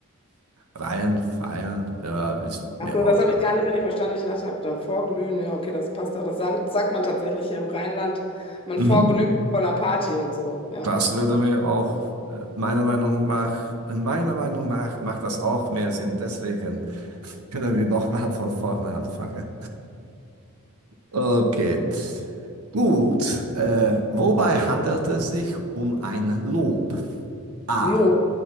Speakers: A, on the right (about 85°); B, on the left (about 25°).
A: Ryan Feiern, ja, ist
B: Ach
A: mir
B: so,
A: auch.
B: das habe ich gar nicht richtig verstanden. Ich dachte, hab dann vorglühen, ja, okay, das passt doch. Das sagt, sagt man tatsächlich hier im Rheinland. Man
A: Mhm.
B: vorglüht von einer Party und so. Ja.
A: Das würde mir auch, äh, meiner Meinung nach, meiner Meinung nach macht das auch mehr Sinn. Deswegen <laughs> können wir nochmal von vorne anfangen. Okay. Gut. Äh, wobei handelt es sich um ein Lob? A.
B: Lob.